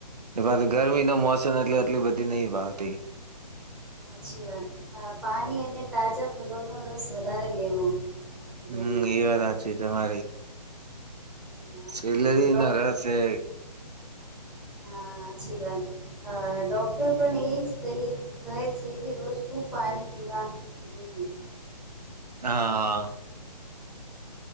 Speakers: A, on the right; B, in the centre.
A: એ પાસે ગરમીનો મોસમ એટલે એટલી બધી નહિ ભાવતી.
B: હાચી વાત. પાણી અને તાજા ફલોનો રસ વધારે લેવો.
A: હમ્મ
B: જોઈએ
A: એ વાત હાચી તમારી.
B: અ,
A: સેલ્લરી
B: અ, ડોક
A: ના રસ હે.
B: હા હાછી વાત. અ ડોક્ટર પણ એ જ કહી કહે છે કે રોજ ખુબ પાણી પીવા જોઈએ.
A: હા હા.